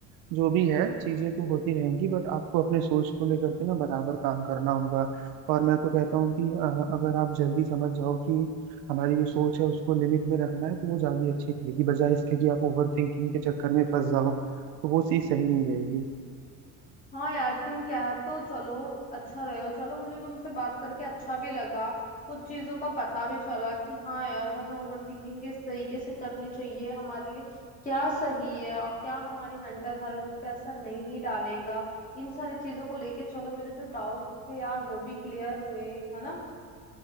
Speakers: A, on the right; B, on the left.
A: जो भी है चीजें तो होती रहेंगी बट आपको अपने सोच को लेकर के ना बराबर काम करना होगा और मैं तो कहता हूँ कि अ, अगर आप जल्दी समझ जाओ कि हमारी जो सोच है उसको लिमिट में रखना है तो वो ज्यादा अच्छी रहेगी बजाय इसके कि आप ओवर थिंकिंग के चक्कर में फंस जाओ तो वो चीज़ सही नहीं रहेगी
B: हाँ यार तुम कह तो चलो अच्छा रहे हो चलो मुझे तुमसे बात करके अच्छा भी लगा कुछ चीजों का पता भी चला कि हाँ यार हमें ओवर थिंकिंग किस तरीके से करनी चाहिए हमारे लिए क्या सही है और क्या हमारी मेंटल हेल्थ पे असर नहीं डालेगा इन सारी चीजों को लेके चलो मेरे जो डाउट थे यार वो भी क्लियर हुए है ना